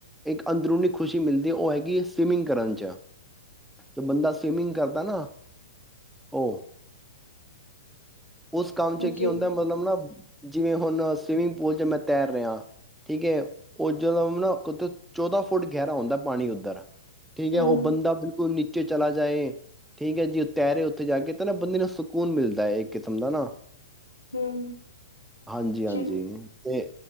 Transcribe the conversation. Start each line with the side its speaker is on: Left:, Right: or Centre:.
Centre: ਇੱਕ ਅੰਦਰੂਨੀ ਖੁਸ਼ੀ ਮਿਲਦੀ ਔ ਹੈਗੀ ਐ ਸਵਿਮਿੰਗ ਕਰਨ 'ਚ ਜੋ ਬੰਦਾ ਸਵਿਮਿੰਗ ਕਰਦਾ ਨਾ। ਔ ਉਸ ਕੰਮ ਚ ਕੀ
Left: ਜੀ,
Centre: ਹੁੰਦਾ ਮਤਲਬ ਨਾ ਜਿਵੇਂ ਹੁਨ ਸਵੀਮਿੰਗ ਪੂਲ ਚ ਮੈਂ ਤੈਰ ਰਿਆਂ ਠੀਕ ਐ, ਉਹ ਜਦੋਂ ਨਾ ਚੌਦਾਂ ਫੁੱਟ ਗੈਰਾ ਹੁੰਦਾ ਪਾਨੀ ਔਧਰ। ਠੀਕ
Left: ਹੂੰ,
Centre: ਐ ਔ ਬੰਦਾ ਬਿਲਕੁਲ ਨੀ ਚੇ ਚਲਾ ਜਾਏ ਠੀਕ ਐ ਜੇ ਤੈਰੇ ਔਥੇ ਜਾ ਕੇ ਤੇ ਨਾ ਬੰਦੇ ਨੂੰ ਸਕੂਨ ਮਿਲਦਾ ਏ ਇੱਕ ਕਿਸਮ ਦਾ ਨਾ।
Left: ਹੂੰ।
Centre: ਹਾਂਜੀ-ਹਾਂਜੀ
Left: ਜੀ,
Centre: ਤੇ।